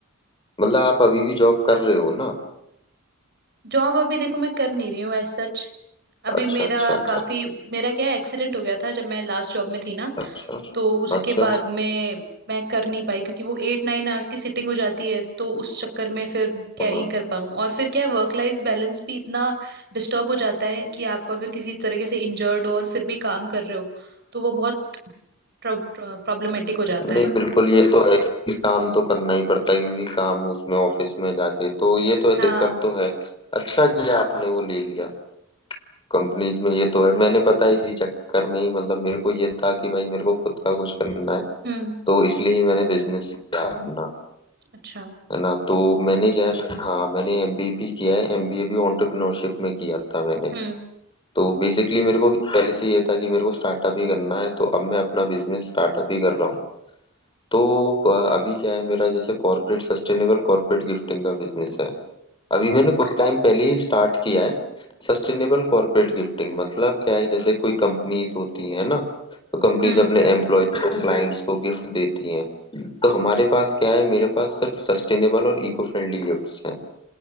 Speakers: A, on the left (about 20°); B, on the right (about 50°).
A: मतलब आप अभी भी जॉब कर रहे हो ना
B: जॉब अभी देखो मैं कर नहीं रही हूँ एज सच अभी
A: अच्छा
B: मेरा
A: अच्छा अच्छा
B: काफी मेरा क्या एक्सीडेंट हो गया था जब मैं लास्ट जॉब में थी ना
A: अच्छा
B: तो उसके
A: अच्छा
B: बाद में मैं कर नहीं पाई क्योंकि वो एट नाइन आवर्स की सिटिंग हो जाती है तो उस चक्कर में फिर क्या
A: हाँ
B: ही कर पाऊँ और फिर क्या वर्क लाइफ बैलेंस भी इतना डिस्टर्ब हो जाता है कि आपको अगर किसी तरीके से इंजर्ड हो और फिर भी काम कर रहे हो तो वो बहुत प्रॉब्लमेटिक हो जाता
A: नहीं
B: है
A: बिल्कुल ये तो है कि काम तो करना ही पड़ता है क्योंकि काम उसमें ऑफिस में जाके तो ये तो है
B: हाँ
A: दिक्कत तो है अच्छा किया आपने वो ले लिया कंपनीज में ये तो है मैंने पता है इसी चक्कर में ही मतलब मेरे को ये था कि भाई मेरे को खुद का कुछ करना है
B: हम्म
A: तो इसलिए ही मैंने बिजनेस किया अपना
B: अच्छा
A: है ना तो मैंने क्या है मैं- हाँ मैंने एमबीए किया है एमबीए भी एंटरप्रेन्योरशिप में किया था मैंने
B: हम्म
A: तो बेसिकली मेरे को पहले से ये था कि मेरे को स्टार्टअप ही करना है तो अब मैं अपना बिजनेस स्टार्टअप ही कर रहा हूँ तो अ, अभी क्या है मेरा जैसे कॉर्पोरेट सस्टेनेबल कॉर्पोरेट गिफ्टिंग का बिजनेस है अभी मैंने कुछ टाइम पहले ही स्टार्ट किया है सस्टेनेबल कॉर्पोरेट गिफ्टिंग मतलब क्या है जैसे कोई कंपनीज होती है ना तो कंपनीज
B: हम्म
A: अपने एम्प्लॉयज को क्लाइंट्स को गिफ्ट देती हैं तो हमारे पास क्या है मेरे पास सिर्फ सस्टेनेबल और इको फ्रेंडली गिफ्ट्स हैं